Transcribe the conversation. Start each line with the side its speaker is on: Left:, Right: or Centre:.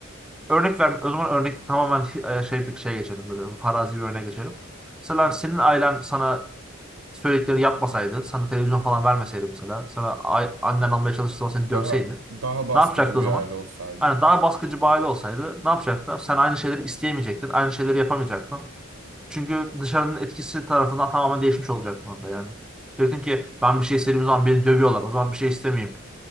Centre: Örnek ver, o zaman örnek tamamen e, şey bir şey geçelim böyle farazi bir örnek geçelim. Mesela senin ailen sana söyledikleri yapmasaydı, sana televizyon falan vermeseydi mesela, sana ay- annen almaya çalıştığı zaman seni
Right: daha
Centre: dövseydi,
Right: daha baskıcı
Centre: ne yapacaktı o
Right: bir
Centre: zaman?
Right: aile olsaydı.
Centre: Hani daha baskıcı bir aile olsaydı ne yapacaktı? Sen aynı şeyleri isteyemeyecektin, aynı şeyleri yapamayacaktın. Çünkü dışarının etkisi tarafından tamamen değişmiş olacaktın orada yani. Diyecektin ki ben bir şey istediğim zaman beni dövüyorlar, o zaman bir şey istemeyeyim.